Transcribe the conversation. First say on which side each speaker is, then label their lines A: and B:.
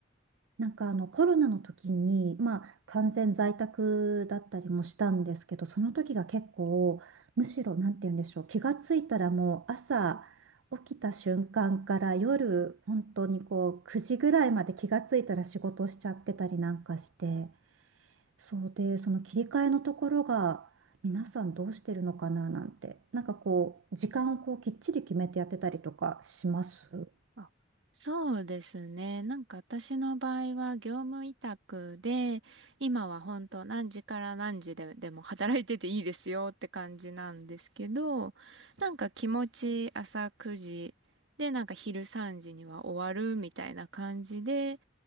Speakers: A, on the right (about 85°); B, on the right (about 70°).
A: なんかあの、コロナの時に、まあ、完全在宅だったりもしたんですけど、その時が結構、むしろ、なんて言うんでしょう、気がついたらもう朝起きた瞬間から夜、本当にこう、9時ぐらいまで気がついたら仕事しちゃってたりなんかして、そうで、その切り替えのところが皆さんどうしてるのかななんて、なんかこう、時間をこうきっちり決めてやってたりとかします
B: あそうですね。なんか私の場合は業務委託で、今は本当何時から何時で、でも働いてていいですよって感じなんですけど、なんか気持ち朝9時でなんか昼3時には終わるみたいな感じで、